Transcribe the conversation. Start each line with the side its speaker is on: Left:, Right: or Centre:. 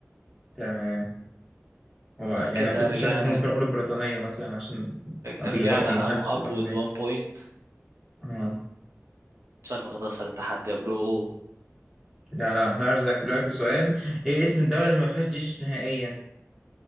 Centre: تمام هو
Right: فكده
Centre: يعني كنت
Right: رجعنا
Centre: شاكك ممكن أقول البريطانية مثلا عشان بيغ...
Right: رجعنا
Centre: بيحس
Right: ام اب
Centre: بيغنوا
Right: وذ
Centre: بيه
Right: وان بوينت
Centre: اه
Right: شكلك هتخسر التحدي يا برو
Centre: لا لا هرزك دلوقتي سؤال ايه اسم الدولة اللي ما فيهاش جيش نهائيا